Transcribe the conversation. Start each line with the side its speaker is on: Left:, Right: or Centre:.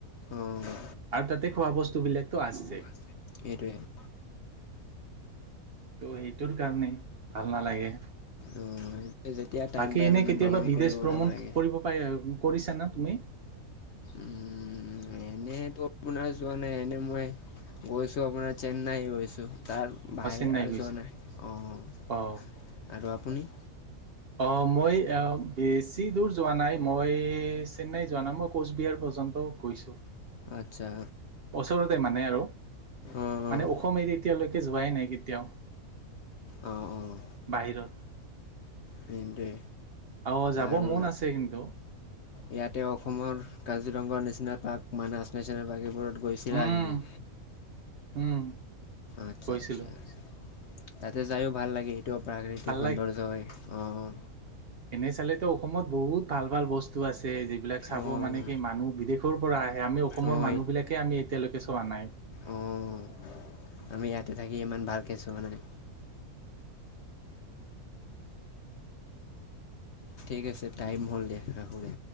Left: অঁ
Right: আৰু তাতে খোৱা ৱা বস্তু বিলাকতো আছে
Left: এইটোৱে
Right: ত' সেইটোৰ কাৰণেই ভাল নালাগে
Left: অ', সেই যেতিয়া টাইম
Right: বাকী
Left: পায়
Right: এনে
Left: মানে
Right: কেতিয়াবা
Left: ভ্ৰমণ
Right: বিদেচ
Left: কৰিব ওলাব
Right: ভ্ৰমণ
Left: লাগে।
Right: কৰিব পাৰে আৰু কৰিছানা তুমি
Left: উম এনেতো আপোনাৰ যোৱা নাই এনে মই গৈছো আপোনাৰ চেন্নাই গৈছো তাৰ বাহিৰৰে
Right: অ চেন্নাই
Left: আৰু
Right: গৈছা
Left: যোৱা নাই অঁ
Right: অ
Left: আৰু আপুনি
Right: অ মই আ বেছি দূৰ যোৱা নাই মই চেন্নাই যোৱা নাই মই কোচবিহাৰ পৰ্যন্ত গৈছোঁ
Left: আচ্ছা
Right: ওচৰতে মানে আৰু
Left: অ', অ',
Right: মানে অসম এৰি এতিয়ালেকে যোৱাই নাই কেতিয়াও
Left: অঁ অঁ
Right: বাহিৰত
Left: তেন্তে
Right: অ যাব
Left: আৰু
Right: মন আছে কিন্তু
Left: ইয়াতে অসমৰ Kaziranga national park Manas national park এইবোৰত গৈছিলা
Right: উম
Left: নেকি
Right: উম
Left: আচ্ছা
Right: গৈছিলো
Left: আচ্ছা আচ্ছা তাতে যাইও ভাল লাগে ত প্ৰাকৃতিক
Right: ভাল
Left: সৌন্দৰ্য্য হয় অ অ
Right: এনে চালেতো অসমত বহুত ভাল ভাল বস্তু আছে যি এইবিলাক চাব
Left: অ',
Right: মানে কি মানুহ বিদেশৰ পৰা আহে আমি অসমৰ
Left: অ',
Right: মানুহবিলাকে আমি এতিয়ালৈকে চোৱা নাই
Left: অঁ আমি ইয়াতে থাকি ইমান ভালকে চোৱা নাই ঠিক আছে টাইম হ'ল দিয়া ৰাখোঁ দে